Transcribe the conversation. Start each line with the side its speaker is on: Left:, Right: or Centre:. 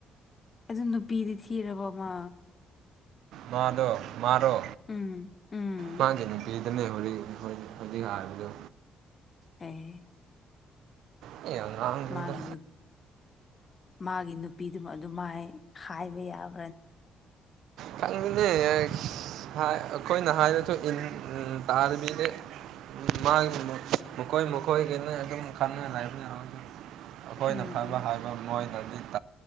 Left: ꯑꯗꯨ ꯅꯨꯄꯤꯗꯤ ꯊꯤꯔꯕꯃ꯫
Right: ꯃꯥꯗꯣ ꯃꯥꯔꯣ
Left: ꯎꯝ ꯎꯝ
Right: ꯃꯥꯥꯡꯒ ꯅꯨꯄꯤ꯫ ꯈꯈꯤꯟꯅ ꯍꯛ ꯍꯧꯖꯤꯛ ꯍꯥꯏꯔꯕꯗꯣ꯫
Left: ꯑꯦ꯫
Right: ꯑꯉꯥꯡꯅꯤꯗ
Left: ꯃꯥꯒꯤ ꯃꯥꯒꯤ ꯅꯨꯄꯤꯗꯨ ꯑꯗꯨ ꯃꯥꯏ ꯍꯥꯏꯕ ꯌꯥꯕ꯫
Right: ꯆꯥꯡꯪ ꯂꯩ꯫ ꯍꯥꯏ ꯀꯣꯏ ꯅꯍꯥꯏ ꯅꯠꯇ ꯏ ꯇꯥꯔꯕꯤꯔ꯫ ꯃꯥꯒꯤ ꯃꯈꯣꯏ ꯃꯈꯣꯏꯒꯤꯅ ꯑꯗꯨꯝ ꯈꯪꯉ ꯂꯕ ꯌꯥ꯫ ꯑꯩꯈꯣꯏꯅ
Left: ꯎꯝ
Right: ꯐꯕ
Left: ꯎꯝ
Right: ꯍꯥꯏꯕ ꯃꯣꯏꯅꯗꯤ